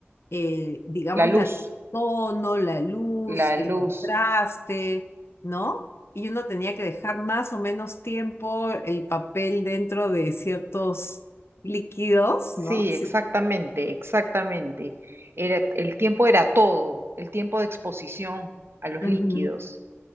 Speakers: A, on the left; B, on the right.
A: eh, digamos,
B: la luz,
A: la tono, la luz,
B: la luz.
A: el contraste, ¿no? Y uno tenía que dejar más o menos tiempo el papel dentro de ciertos líquidos,
B: Sí,
A: ¿no? Sí.
B: exactamente, exactamente. Era, el tiempo era todo, el tiempo de exposición a los
A: Ujú.
B: líquidos.